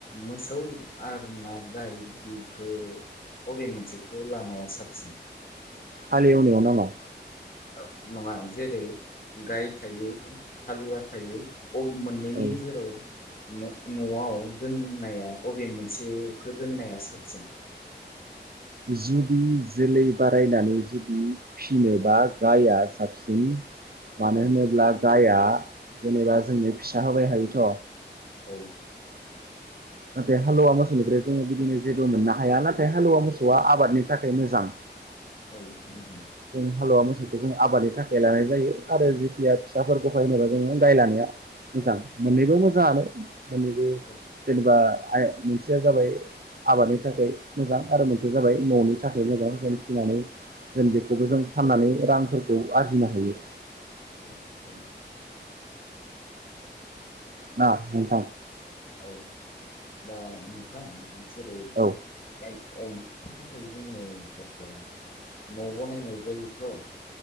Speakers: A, on the left; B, on the right.
A: मोसौ आरो ना गाय बेखो बबे मोनसेखो लानाया साबसिन
B: हालेवनायाव नामा?
A: औ नङा जेरै गाय थायो हालुवा थायो अम मोन्नैनायनि
B: औ
A: गेजेराव। न नआव दोननाया अबे मोनसेखौ दोननाया साबसिन।
B: जुदि जोलै बारायनानै जुदि फिनोबा गायआ साबसिन। मानो
A: औ
B: होनोब्ला गाया जेनेबा जोंनो फिसा होबाय हायोथ।
A: औ।
B: नाथाय हालुवा मोसौनिफ्राय जोङो बिदिनो जेबो मोननो हाया नाथाय हालुवा मोसौआ आबादनि थाखाय मोजां।
A: औ मोजां।
B: जों हालुवा मोसौखौ जों आबादनि थाखाय लानाय जायो आरो जेथिया फिसाफोरखौहाय होनोबा जोङो गाय लानाया मोजां मोननैबो मोजाङानो। मोन्नैबो
A: औ
B: जेनेबा आय मोनसेया जाबाय आबादनि थाखाय मोजां आरो मोन बे जाबाय ननि थाखाय मोजां <unintelligible> फिनानै दोन खौबो जों फाननानै रां फोरखौ आरजिनो हायो।
A: उम हायो।
B: ना नोंथां।
A: औ दा नोंथां जेरै
B: खोनाया
A: गाय अमानि थाखाय जोङो न बानायनाय जायोथ।